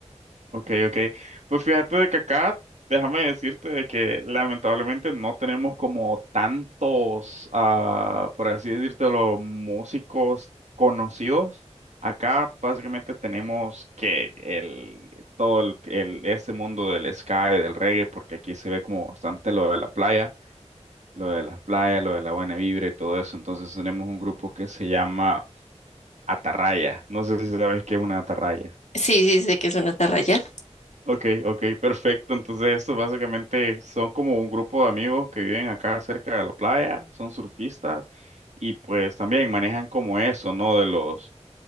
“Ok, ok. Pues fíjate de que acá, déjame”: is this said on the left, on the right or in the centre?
Right